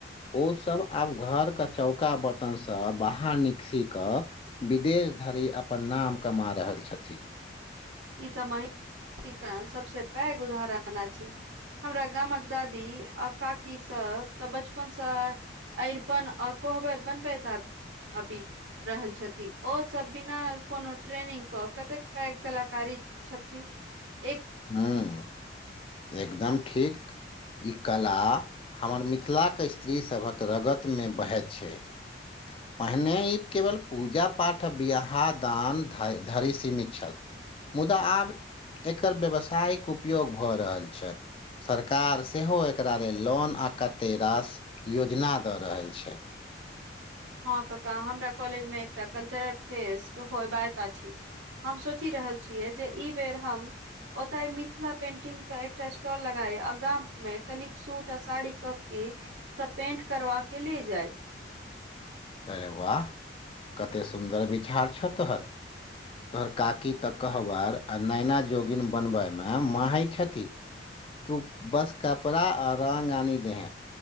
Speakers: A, on the left; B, on the right.
A: ओ सब आब घर के चौका बर्तन स बाहर निकसी क विदेश धरि अपन नाम कमा रहल छथि।
B: ई तऽ महि <unintelligible> ना के काम सबसे पैघ उदाहरण अछि। हमरा गामक दादी आ काकी सब तऽ बचपनसँ अरिपन आ कोहबर बनबैत आबि। आबि रहल छथि ओ सभ बिना कोनो ट्रेनिंग कऽ कतेक पैघ कला कारी छथि। एक
A: हँ एकदम ठीक ई कला हमर मिथिलाक स्त्रीसभक रगतमे बहैत छै। <inaudible> पहिने ई केवल पूजा पाठ बियाहदान धरि सीमित छल। मुदा आब एकर व्यावसायिक उपयोग भऽ रहल छै। सरकार सेहो एकरा लेल लोन आ कते रास योजना दऽ रहल छै।
B: हँ कक्का हमरा कॉलेज मे एकटा कल्चरल फेस्ट होएबाक अछि। हम सोचि रहल छियै जे इ बेर हम। ओतय मिथिला पेंटिंग के एकटा स्टॉल लगाय आ गाम मे कनिक सूट आ साड़ी क के सब पेंट करबा के ले जाइ।
A: अरे वाह कते सुन्दर विचार छौ तोहर। तोहर काकी तऽ कहबर आ नैना जोगिन बनबैमे माहिर छथि। तू बस कपड़ा आ रङ्ग आनि देहें।